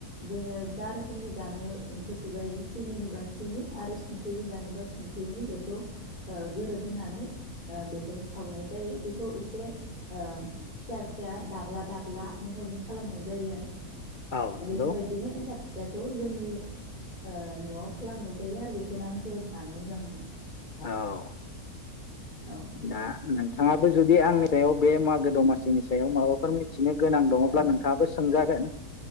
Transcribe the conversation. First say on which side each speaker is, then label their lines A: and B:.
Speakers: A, on the left (about 30°); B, on the left (about 55°).
A: जोङो जा रोखोमनि जानो गोसो जायो सिनिनिबा सिनि आरो संख्रिनि जानोबा संख्रिनि बेखौ ओ गोरोबहोनानै ओ बेखौ सावनाय जा जायो बेखौ एसे फिसा फिसा दाब्ला दाब्ला महरनि खालामनाय जायो आरो।
B: औ नंगौ
A: बेफोरबायदिनो एन्थाब फि फिथाखौ जोंनि ओ न'आव खालामनाय जायो आरो बेखौनो आं जोबोर जानो मोजां मोनो।
B: औ।
A: औ
B: दा नोंथाङा जुदि आंनि सायाव बे मागो दमासि सिनि सायाव माबाफोर मिथिनो गोनां दङब्ला
A: औ
B: नोंथाङाबो सोंजागोन।